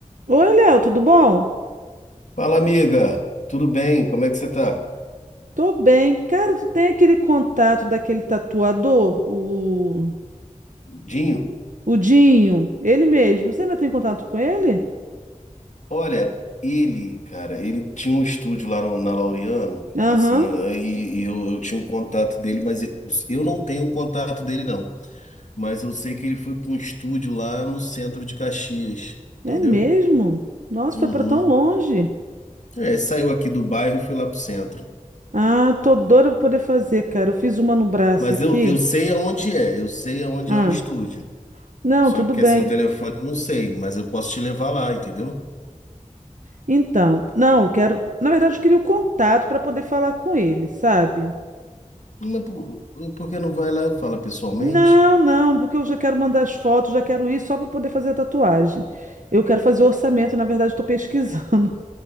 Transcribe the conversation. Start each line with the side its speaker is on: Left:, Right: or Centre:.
Right: Oi, Léo, tudo bom?
Left: Fala, amiga. Tudo bem? Como é que você tá?
Right: Tô bem. Cara, tu tem aquele contato daquele tatuador, o,
Left: Dinho?
Right: o Dinho, ele mesmo. Você ainda tem contato com ele?
Left: Olha, ele, cara, ele tinha um estúdio lá no- na Laureano,
Right: Aham,
Left: assim, e, e eu, eu tinha um contato dele, mas eu, eu não tenho o contato dele, não. Mas eu sei que ele foi para um estúdio lá no centro de Caxias, entendeu?
Right: é mesmo? Nossa,
Left: Uhum.
Right: foi pra tão longe.
Left: É, saiu aqui do bairro e foi lá pro centro.
Right: Ah, tô doida pra poder fazer, cara. Eu fiz uma no braço
Left: Mas
Right: aqui.
Left: eu, eu sei aonde é, eu sei aonde
Right: Ah,
Left: é o estúdio.
Right: não,
Left: Só
Right: tudo
Left: que
Right: bem.
Left: assim, o telefone eu não sei, mas eu posso te levar lá, entendeu?
Right: Então, não, eu quero. Na verdade, eu queria o contato pra poder falar com ele, sabe?
Left: Mas por, por que não vai lá e fala pessoalmente?
Right: Não, não, porque eu já quero mandar as fotos, já quero ir só para poder fazer a tatuagem. Eu quero fazer o orçamento, na verdade, estou pesquisando. <laughs>